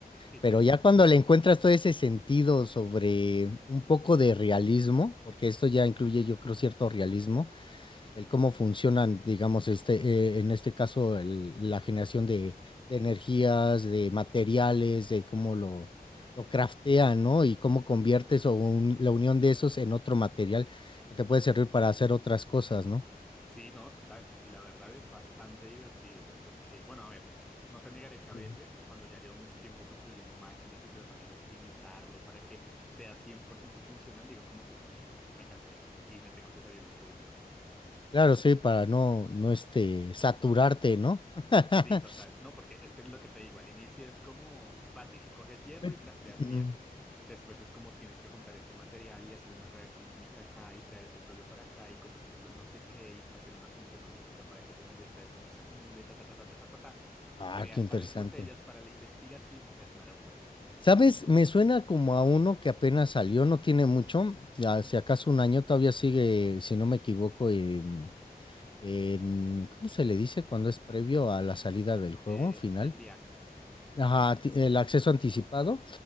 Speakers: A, in the centre; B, on the left.
A: Y te
B: pero
A: gustan.
B: ya cuando le encuentras todo ese sentido sobre un poco de realismo, porque esto ya incluye yo creo cierto realismo, el cómo funcionan, digamos, este, eh, en este caso, el- la generación de, de energías, de materiales, de cómo lo, lo craftean, ¿no? Y cómo conviertes o un- la unión de esos en otro material que te puede servir para hacer otras cosas, ¿no?
A: Sí, no, total. Y la verdad es bastante divertido porque, bueno, a ver, no te negaré que a veces,
B: Ujú.
A: cuando ya llevo mucho tiempo construyendo máquinas y tratando de optimizarlo para que sea 100% funcional, digo como, uff, me cansé y me tengo que salir del juego un rato.
B: Claro, sí, para no, no este, saturarte, ¿no? <laughs>
A: Sí, total. No, porque es que es lo que te digo, al inicio es como fácil, coges hierro
B: Eh,
A: y crafteas
B: Mm.
A: vías. Después es como tienes que juntar este material y hacer una reacción química acá y traer el petróleo para acá y convertirlo en no sé qué y hacer una función lógica acá para que te convierta esto y no se acumule, ta, ta, ta, ta, ta, ta, ta, ta.
B: Ah,
A: Creas
B: qué interesante.
A: tales botellas para la investigación, o sea, es una locura.
B: ¿Sabes? Me suena como a uno que apenas salió, no tiene mucho, ya, si acaso un año todavía sigue, si no me equivoco, em, en- ¿cómo se le dice cuando es previo a la salida del juego
A: Eh,
B: final?
A: Early Access,
B: Ajá, ti- el acceso anticipado